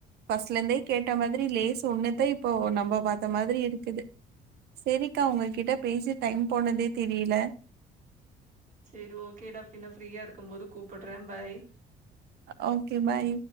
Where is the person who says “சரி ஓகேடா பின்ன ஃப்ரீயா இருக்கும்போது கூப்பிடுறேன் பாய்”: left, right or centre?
Right